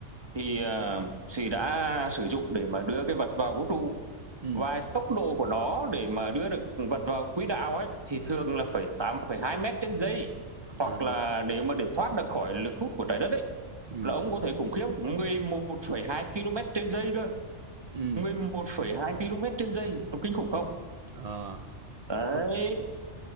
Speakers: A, on the right; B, on the right.
A: thì ờ, thì đã sử dụng để mà đưa cái vật vào vũ trụ
B: ừ
A: và tốc độ của nó để mà đưa được vật vào quỹ đạo ấy thì thường là phải 8,2 mét trên giây hoặc
B: à
A: là nếu mà để thoát được khỏi lực hút của trái đất ấy
B: ừ
A: là ông có thể khủng khiếp 11,2 km trên giây cơ
B: ừ
A: 11,2 km trên giây nó kinh khủng không
B: ờ,
A: Đấy
B: đúng